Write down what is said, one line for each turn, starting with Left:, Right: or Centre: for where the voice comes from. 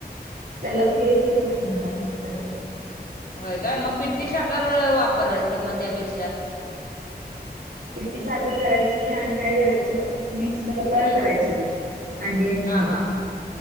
Right: त्याला फेस येत नाही म्हणतात ते तसं.
Left: होय काय? मग पिट्टी साखर वापरायचं मग त्यापेक्षा.
Right: पिट्टी साखर करायची आणि काय करायचं? मिक्सर ला
Left: हम्म
Right: करायचं, हे अंडी आणि
Left: हा
Right: हे.
Left: हा